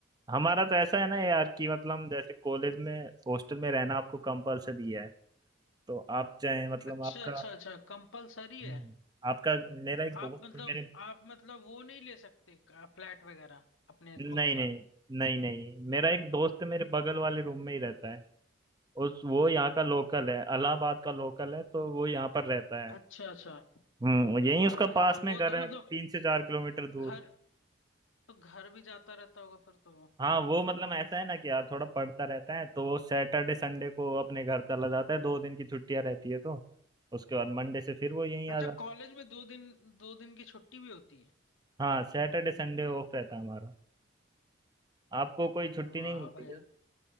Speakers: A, on the right; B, on the left.
A: हमारा तो ऐसा है ना यार कि मतलब
B: हम्म।
A: जैसे कॉलेज में हॉस्टल में रहना आपको कंपलसरी है तो आप चाहे मतलब
B: अच्छा
A: आपका
B: अच्छा अच्छा कंपलसरी
A: हम्म,
B: है
A: आपका मेरा एक
B: आप
A: दोस्त
B: मतलब
A: है मेरे
B: आप मतलब वो नहीं ले सकते फ्लैट वगैरह अपने
A: नहीं
B: खुद
A: नहीं
B: का
A: नहीं नहीं मेरा एक दोस्त है मेरे बगल वाले रूम में ही रहता है उस वो यहाँ का लोकल है इलाहाबाद का लोकल है तो वो यहाँ पर रहता है
B: अच्छा अच्छा
A: हम्म यही
B: वाह
A: उसका
B: भाई
A: पास
B: तो
A: में
B: वो
A: घर
B: तो मतलब
A: है तीन से चार किलोमीटर दूर
B: घर तो घर भी जाता रहता होगा फिर तो वो।
A: हाँ वो मतलब ऐसा है ना कि यार थोड़ा पढ़ता रहता है तो वो सैटरडे संडे को अपने घर चला जाता है दो दिन की छुट्टियां रहती है तो उसके बाद मंडे से फिर वो यहीं आ
B: अच्छा
A: जाता
B: कॉलेज में दो दिन दो दिन की छुट्टी भी होती है
A: हाँ सैटरडे संडे ऑफ रहता है हमारा आपको कोई छुट्टी
B: वाह
A: नहीं मिलती
B: भाई
A: क्या